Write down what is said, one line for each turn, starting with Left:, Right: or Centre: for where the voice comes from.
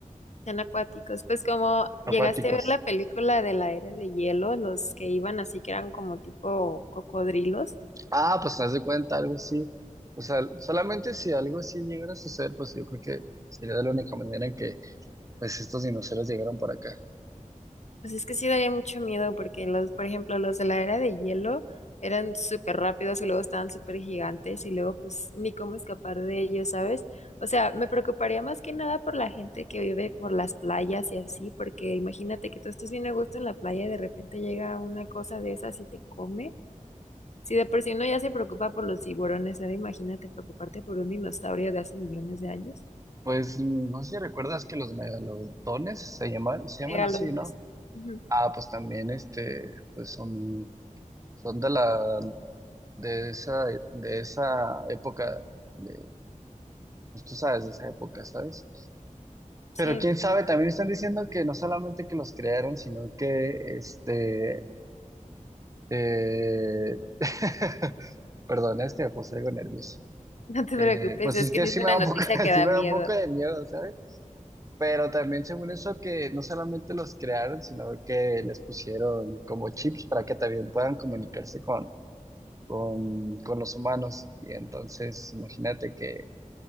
Left: Son acuáticos. Pues como llegaste
Right: Acuáticos.
Left: a ver la película de la era de hielo, los que iban así que eran como tipo cocodrilos,
Right: Ah, pues haz de cuenta, algo así. Pues al- solamente si algo así llegara a suceder, pues yo creo que sería de la única manera en que pues estos dinosaurios llegaron por acá.
Left: pues es que sí daría mucho miedo porque los, por ejemplo, los de la era de hielo eran súper rápidos y luego estaban súper gigantes y luego pues ni cómo escapar de ellos, ¿sabes? O sea, me preocuparía más que nada por la gente que vive por las playas y así, porque imagínate que tú estés bien a gusto en la playa y de repente llega una cosa de esas y te come. Si de por sí uno ya se preocupa por los tiburones, ahora imagínate preocuparte por un dinosaurio de hace millones de años.
Right: Pues mm, no sé si recuerdas que los megalodones se llaman, se llaman
Left: Megalodones.
Right: así, ¿no?
Left: Ujú,
Right: Ah, pues también este, pues son, son de la, de esa, de esa época, de, pues tú sabes, de esa época, ¿sabes?
Left: Sí,
Right: Pero quién sabe, también están diciendo que no solamente que los crearon, sino que este, eh, <laughs> perdón, es que me puse algo nervioso.
Left: <laughs> no te
Right: Eh,
Left: preocupes,
Right: pues
Left: es
Right: es
Left: que
Right: que
Left: sí
Right: sí
Left: es una
Right: me da
Left: noticia
Right: un poco, <laughs>
Left: que da
Right: sí me
Left: miedo.
Right: da un poco de miedo, ¿sabes? Pero también según eso que no solamente los crearon, sino que les pusieron como chips para que también puedan comunicarse con, con, con los humanos. Y entonces, imagínate que